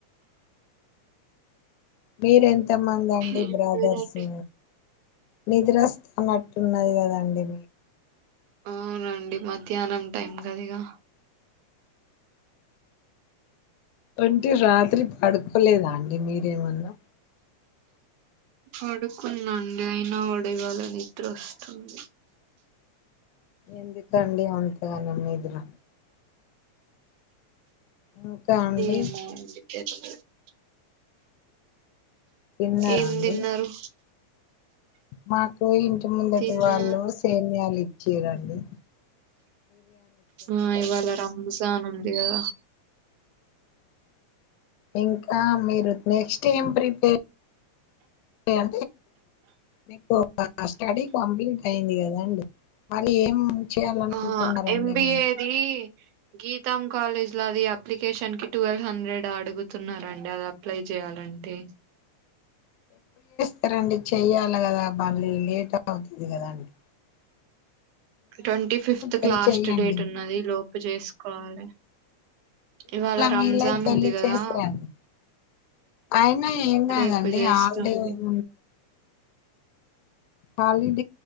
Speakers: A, on the left (about 85°); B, on the right (about 85°).
A: మీరు ఎంత మంది అండి
B: ఏం
A: బ్రదర్సు
B: లేదండి.
A: నిద్రొస్తన్నటున్నంది కదండి
B: అవునండి మధ్యాహ్నం టైం కదిగా
A: అ టే రాత్రి పడుకోలేదా అండి మీరేమన్నా
B: పడుకున్నాండీ అయినా కూడ ఇవాళ నిద్రొస్తుంది
A: ఎందుకండి అంతగా నమ్మెద్దున ఇంకా అండి
B: ఏమైంది <unintelligible>
A: తిన్నారా
B: ఏం
A: అండి
B: తిన్నారు
A: మాకు ఇంటి ముందటి
B: తిన్నా
A: వాళ్ళు సేమ్యలు ఇచ్ చిరండి
B: ఆ ఇవాళ రంజాన్ అగా
A: ఇంకా మీరు నెక్స్ట్ ఏం ప్రిపేర్ అ మీకు స్టడీ కంప్లీట్ అయింది కదాండి మరి ఏం చేయాలనుకుంటున్నారండి
B: ఆ ఎంబిఏది
A: మీరు
B: గీతాం కాలేజ్ లో అది అప్లికేషన్ కి ట్వెల్వ్ హండ్రెడ్ అడుగుతున్నండి అది అప్లై చేయాలంటే
A: సరండి చెయ్యాలి కదా మళ్ళీ లేట్ అవుతుంది కదా అండి
B: ట్వీ ఫిఫ్త్
A: వెళ్ళి
B: క లాస్ట్
A: చెయ్యండి
B: డేట్ ఉన్నది లోపు చేసుకోవాలి ఇవాళ రంజాన్
A: వీలైతే వెళ్ళి
B: ఉంది కదా
A: చేసిరండి అయినా ఏం కాదండి
B: రేపు చేస్తాండి
A: హాలిడే ఏమి హీ